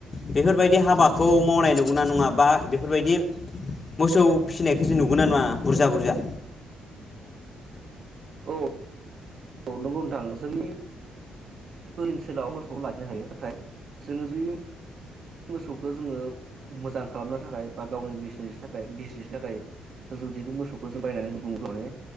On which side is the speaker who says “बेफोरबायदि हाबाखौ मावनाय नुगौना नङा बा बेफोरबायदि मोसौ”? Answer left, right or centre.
Left